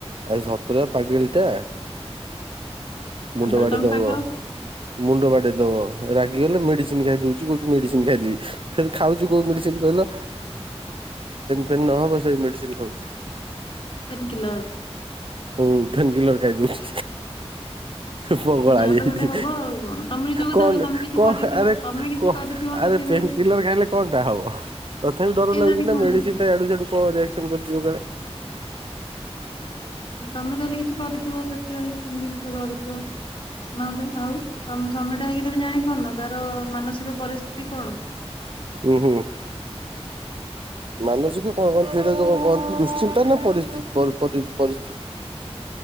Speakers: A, on the right; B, on the left.
A: ଆରେ ସତରେ ପାଗିଳିଟା।
B: ହୁଁ
A: ମୁଣ୍ଡ
B: ତାହେଲେ
A: ବାଡ଼େଇ
B: ତମେ
A: ଦବ
B: ପାଗଳ
A: ମୁଣ୍ଡ ବାଡ଼େଇ ଦବ ରାଗିଗଲେ ମେଡିସିନ ଖାଇଦଉଛି କହୁଛି ମେଡିସିନ ଖାଇଦେବି ଫେଣି ଖାଉଛି କୋଉ ମେଡିସିନ କହିଲ ଫେନ୍ ନହବ ସେଇ ମେଡିସିନ ଖାଉଛି।
B: Painkiller.
A: ହଁ ପେନକିଲେର ଖାଇ ଦଉଚି। ପଗଳାହେଇଯାଇଛି
B: ଯାହା ତ ଗୋଟେ ହବ ଆଉ କଣ ତମରି ଯୋଗୁ
A: କଣ
B: ତାହେଲେ ତମେ କିଛି
A: କଣ
B: କରିଥିବ
A: ଆରେ
B: ତମେ କିଛି
A: କଣ
B: କରିଥିବ
A: ଆରେ
B: ସେଥିପାଇଁ।
A: ଏମତି ପେନକିଲ୍ଲର ଖାଇଲେ କଣଟା ହବ ତଥାପି ଡର
B: କେଜାଣି
A: ଲାଗୁଛି ନା
B: କଣ
A: ମେଡିସିନ ଟା ଆଡୁ ସାଡ଼ୁ କଣ ରିଆକ୍ସନ କରିଯିବ କାଳେ।
B: ତମେ ତାହେଲେ କିଛି କରିଥିବ ସେଥିପାଇଁ ସେମିତି କିଛି କରୁଥିବ ନହେଲେ ଆଉ ତମେ ସ୍ୱାମୀ ହେଇକି ତ ଜାଣିପାରୁନ ତାର ମାନସିକ ପରିସ୍ଥିତି କଣ।
A: ହୁଁ ହୁଁ। ମାନସିକ କଣ କଣ ସେଟା ଦୁଶ୍ଚିନ୍ତା ନା ପରିସ୍ଥିତି?